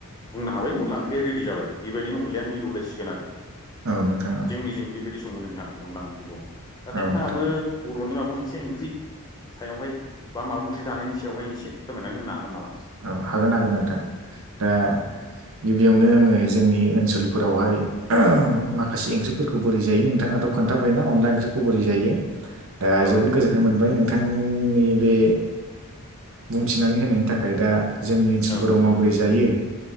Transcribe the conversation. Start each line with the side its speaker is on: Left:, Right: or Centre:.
Left: बुंनो हाबाय अनला ओंख्रिया रेडि जाबाय बेबायदिनो अनलाया मिलौलायसिगोन आरो
Right: नोंथाङा
Left: जोंनिजों बेबायदि सङो नोंथां अनला ओंख्रिखौ दा
Right: औ
Left: नोंथाङाबो
Right: नोंथां
Left: बर'नि माबा मोनसे ओंख्रि सायावहाय बा माबा मोनसे जानायनि सायावहाय एसे फोरमायनानै होनो हागोन नामा
Right: औ हागोन हागोन नोंथां दा गिबियावनो आङो जोंनि ओनसोलफोरावहाय माखासे ओंख्रिफोरखौ बोरै जायो नोंथाङा खोन्थाबाया अनला ओंख्रिखौ बोरै जायो दा
Left: औ
Right: जोबोद
Left: नोंथां
Right: गोजोननाय मोनबाय नोंथ नोंथांनि बे बुंथिनानै होनायनि थाखाय दा जोंनि ओनसोलफोराव
Left: औ नोंथां
Right: माबोरै जायो